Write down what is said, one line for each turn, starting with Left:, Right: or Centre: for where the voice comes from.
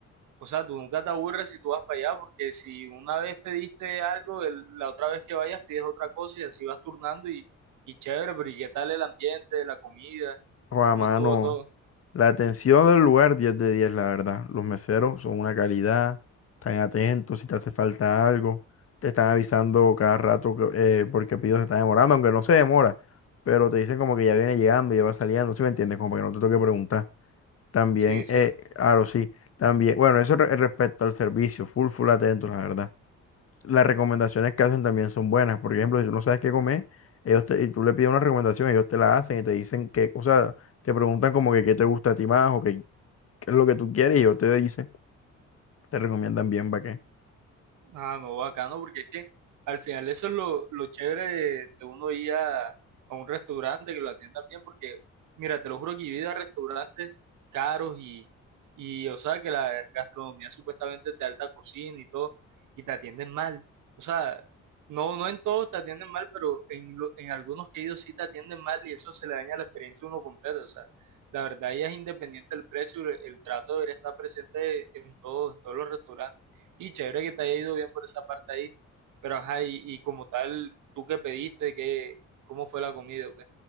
Right: o sea, tú nunca te aburres si tú vas para allá, porque si una vez pediste algo, el- la otra vez que vayas pides otra cosa y así vas turnando y, y chévere, pero ¿y qué tal el ambiente, la comida?
Left: Juan,
Right: ¿Cómo
Left: mano.
Right: estuvo todo?
Left: La atención del lugar, 10 de 10 la verdad. Los meseros son una calidad, están atentos si te hace falta algo, te están avisando cada rato que- eh, porque el pedido se está demorando, aunque no se demora, pero te dicen como que ya viene llegando, ya va saliendo, ¿sí me entiendes? Como para que no te toque preguntar. También,
Right: Sí, sí.
Left: eh, claro, sí, también, bueno, eso re- respecto al servicio, full, full atentos, la verdad. Las recomendaciones que hacen también son buenas, por ejemplo, si tú no sabes qué comer, ellos te- y tú le pides una recomendación, ellos te la hacen y te dicen que, o sea, te preguntan como que qué te gusta a ti más o qué qué es lo que tú quieres y yo te dice te recomiendan bien para qué.
Right: Ah, no, bacano, porque es que al final eso es lo, lo chévere. de, de uno ir a, a un restaurante que lo atiendan bien, porque mira, te lo juro que he ido a restaurantes caros y, y, o sea, que la gastronomía supuestamente es de alta cocina y todo, y te atienden mal. O sea, no, no en todos te atienden mal, pero en, lo- en algunos que he ido sí te atienden mal y eso se le daña la experiencia a uno completa. O sea, la verdad ya es independiente del precio, el, el trato debería estar presente en todos, en todos los restaurantes. Y chévere que te haya ido bien por esa parte ahí. Pero ajá, y, y como tal, ¿tú qué pediste? ¿Qué, cómo fue la comida o qué?